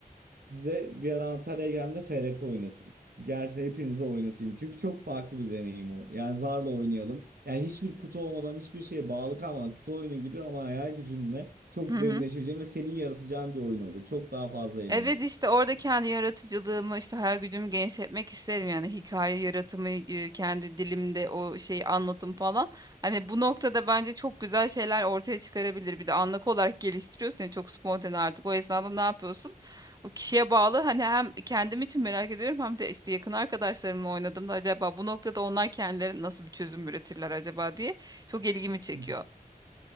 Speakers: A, on the right (about 80°); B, on the right (about 25°).
A: Size bir ara Antalya'ya geldiğimde FRP oynatayım. Gerçi hepinize oynatayım. Çünkü çok farklı bir deneyim o. Yani zarla oynayalım. Yani hiçbir kutu olmadan hiçbir şeye bağlı kalmadan kutu oyunu gibi ama hayal gücünle çok
B: Hı hı.
A: derinleşeceğin ve senin yaratacağın bir oyun olur. Çok daha fazla eğlenirsin.
B: Evet işte orada kendi yaratıcılığımı işte hayal gücümü genişletmek isterim yani hikaye yaratımı e, kendi dilimde o şeyi anlatım falan. Hani bu noktada bence çok güzel şeyler ortaya çıkarabilir. Bir de anlık olarak geliştiriyorsun ya çok spontane artık o esnada ne yapıyorsun? O kişiye bağlı hani hem kendim için merak ediyorum hem de işte yakın arkadaşlarımla oynadığımda acaba bu noktada onlar kendileri nasıl bir çözüm üretirler acaba diye çok ilgimi çekiyor.
A: <laughs>